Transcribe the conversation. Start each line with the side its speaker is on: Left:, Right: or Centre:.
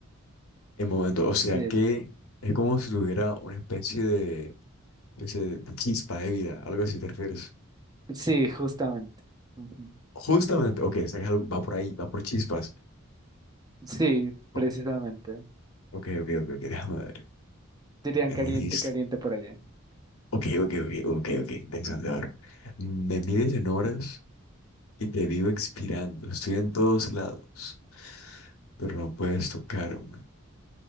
Left: en momento. O sea
Right: Sí,
Left: que es como si tuviera una especie de, especie de, de chispa de vida, algo así te refieres.
Right: sí, justamente. Ujú.
Left: Justamente, ok, o sea que es algo- va por ahí, va por chispas.
Right: Sí, precisamente.
Left: O- Ok, ok, ok, ok, déjame ver.
Right: Dirían
Left: Ernesto.
Right: caliente, caliente por allá.
Left: Ok, ok, ok, ok, ok, interesante. A ver. Me mides en horas y te vivo expirando. Estoy en todos lados, pero no puedes tocarme.